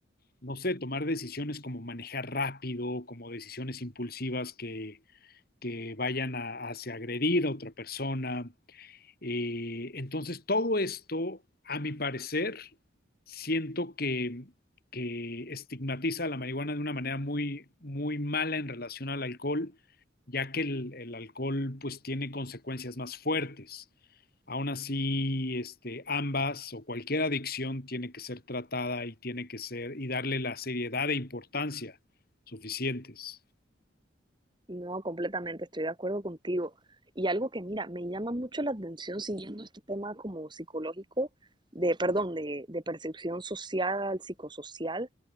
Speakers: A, on the left; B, on the right.
A: no sé, tomar decisiones como manejar rápido, como decisiones impulsivas que, que vayan a, hacia agredir a otra persona, eh, entonces, todo esto, a mi parecer, siento que, que estigmatiza a la marihuana de una manera muy, muy mala en relación al alcohol, ya que el, el alcohol pues tiene consecuencias más fuertes. Aún así, este, ambas o cualquier adicción tiene que ser tratada y tiene que ser y darle la seriedad e importancia suficientes.
B: No, completamente, estoy de acuerdo contigo. Y algo que, mira, me llama mucho la atención siguiendo este tema como psicológico, de, perdón, de, de percepción social, psicosocial,